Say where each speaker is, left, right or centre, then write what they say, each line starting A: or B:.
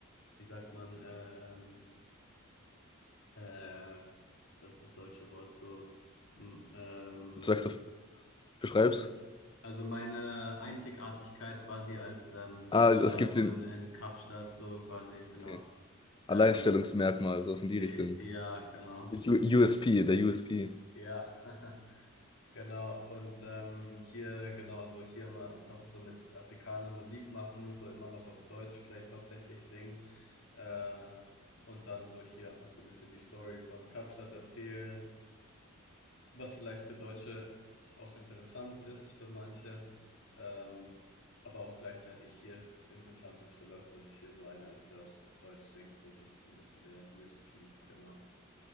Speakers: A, on the left; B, on the left.
A: wie sagt man, ähm, äh, das ist das deutsche Wort so. m- Ähm,
B: Du sagst, auf- beschreib's.
A: al- also meine Einzigartigkeit quasi als ähm,
B: Ah,
A: Deutscher
B: es gibt
A: so
B: den,
A: in, in Kapstadt so quasi, genau.
B: okay. Alleinstellungsmerkmal,
A: Ähm,
B: sowas in die
A: e-
B: Richtung.
A: ja, genau.
B: U USP, der U S P.
A: Ja, <laughs> genau. Und ähm, hier, genau, so hier mal einfach so mit Afrikanern Musik machen, so immer noch auf Deutsch vielleicht hauptsächlich singen. Äh, und dann so hier einfach so ein bisschen die Story von Kapstadt erzählen was vielleicht für Deutsche auch interessant ist für manche, ähm, aber auch gleichzeitig hier interessant ist für Leute, dass hier so einer ist, der auch auf Deutsch singt. So, das ist so ein bisschen der USP, genau.